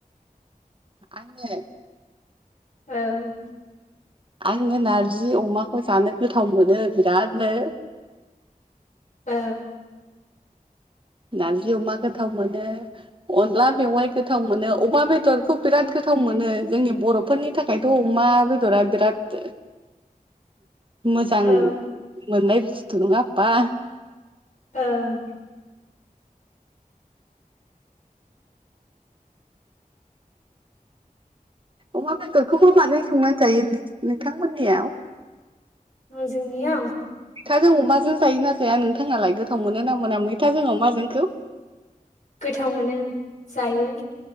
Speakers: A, on the right; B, on the left.
A: आङो
B: औ
A: आङो नारजि अमाखौ जानो गोथाव मोनो बिरादनो
B: औ
A: नारजि अमा गोथाव मोनो अनला मेवाइ गोथाव मोनो अमा बेदरखौ बिराद गोथाव मोनो जोंनि बर'फोरनि था खायथ' अमा बेदरा बिराद मोजां
B: औ
A: मोननाय बुस्थु नङा होमबा
B: औ
A: अमा बेदरखौबो माजों संनानै जायो नों-नोंथांमोननियाव
B: जोंनिङाव
A: मैथाजों अमाजों जायोना जाया नोंथाङालाय गोथाव मोनोना मोना मैथाजों अमाजोंखौ
B: गोथाव मोनो जायो।